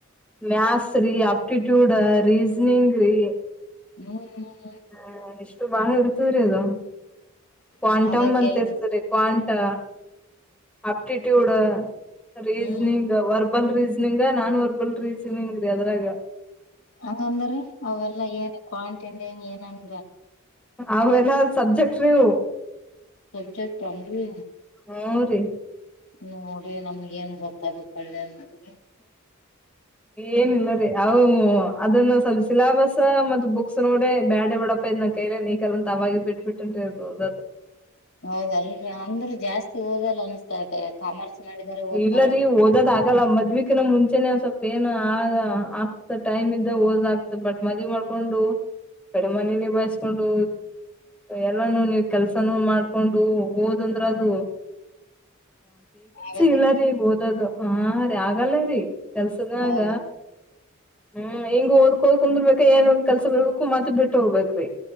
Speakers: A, in the centre; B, on the left.
A: ಮತ್ಸ್ ರೀ ಆಪ್ಟಿಟ್ಯೂಡ್ ರೀಸನಿಂಗ್ ರೀ.
B: ಹ್ಮ ಹ.
A: ಹಾ. ಬ--ಳ ಎರ್ತವರ ಅದೋ. ಕ್ವಾಂಟಮ್
B: ಹ್ಮ್ ಅದ
A: ಅಂತಿ
B: ಕೇಳ
A: ಇರ್ತರಿ ಕ್ವಾಂಟ್. ತ್ತ. ಆಪ್ಟಿಟ್ಯೂಡ್ ರೀಸನಿಂಗ್
B: ಹ್ಮ್
A: ವರ್ಬ. ಬಲ್ ರೀಸನಿಂಗ ನಾನ್ ಹೊರ್ಬಲ್ ರೀಸನಿಂಗ್ ರೀ ಅದ್ರಾಗ.
B: ಹಂಗಂದ್ರ ಅವೆಲ್ಲಾ ಏನ್ ಕ್ವಾಂ ಇಟ್ಟ ಏನನ್
A: ಅವ ಎಲ್ಲ ಸಬ್ಜೆಕ್ಟ್ ರೀ ಅವು
B: ಸಬ್ಜೆಕ್ಟ್ ಏನ್ರೀ
A: ಹಾ ರೀ
B: ನೋಡ್ರಿ ನಮ್ಗ ಏನ್ ಗೊತ್ತ. ಗೊತ್ತಾಗಬೇಕಲ್ಲ ನಮಗೆ
A: ಏನಿಲ್ಲ ರೀ ಅ ಅದನ್ನ ಸ್ವಲ್ಪ ಸಿಲಾಬಸ್ ಮತ್ತ ಬುಕ್ಸ್ ನೋಡ ಬ್ಯಾಡ ಬಡಪ್ಪ ಇದ್ ನನ್ ಕೈಲನ್ ನಿಗಲ್ಲ ಅಂತ ಅವಾಗ ಬಿಟ್ಬಿಟ್ಟನ್ರಿ ಓದದೆ
B: ಹೌದಲ್ ಅಂದ್ರರು ಜಾಸ್ತಿ ಓದಲ್ಲ ಅನಿಸತತಿ ಕಾಮರ್ಸ್ ಮಾಡಿದಾರ ಓದ್ತಾರ
A: ಇಲ್ಲ ರೀ ಓದಲ್ಲ ಆಗಲ್ಲ ಆಗಲ್ಲ ಮದ್ವಿ ಕಿನ ಮುಂಚೇನೆ ಸ್ವಲ್ಪ ಏನು ಆಗ್ತ ಟೈಮ್ ಇದ ಓದ್ ಆಗ್ತದ ಬಟ್ ಮದ್ವಿ ಮಾಡ್ಕೊಂಡು ಕಡೆಮನೆ ನಿಭಾಯಿಸಕೊಂಡು ಎಲ್ಲಾನ ನೀವು ಕೆಲ್ಸಾನ ಮಾಡ್ಕೊಂಡು ಓದ್ಂದ್ರ ಅದು
B: ಆಗದೇನ್
A: ಇಲ್ಲರಿ ಓದದು ಹಾರಿ ಆಗಲ್ಲ ರೀ ಕೆಲ್ಸದನಾಗ
B: ಹೌದು
A: ಹ್ಮ ಹಿಂಗ ಓದ ಹೋಗಿ ಕುಂದರ್ಭಕ್ಕ ಏನ್ ಒಂದ್ ಕೆಲ್ಸ ಬರ್ಬೇಕು ಮತ್ತ ಬಿಟ್ಟ ಹೋಗ್ಬೇಕೇರೀ